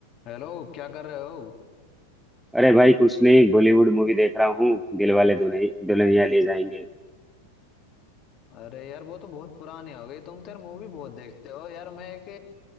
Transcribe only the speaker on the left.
Hello क्या कर रहे हो
अरे यार वो तो बहुत पुरानी हो गई तुम तो यार मूवी बहुत देखते हो यार मैं एक